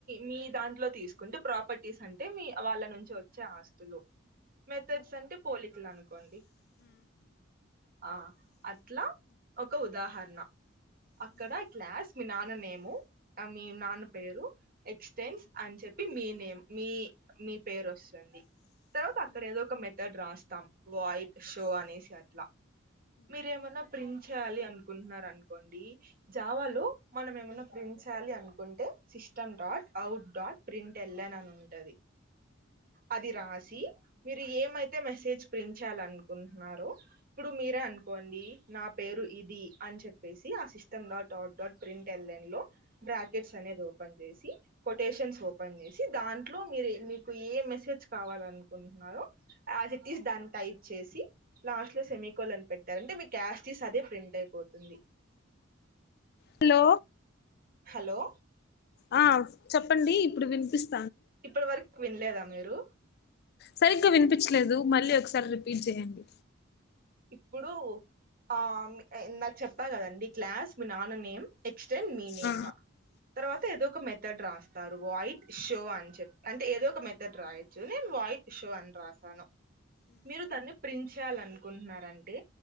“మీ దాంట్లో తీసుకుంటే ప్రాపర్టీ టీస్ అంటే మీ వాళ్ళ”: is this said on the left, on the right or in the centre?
Right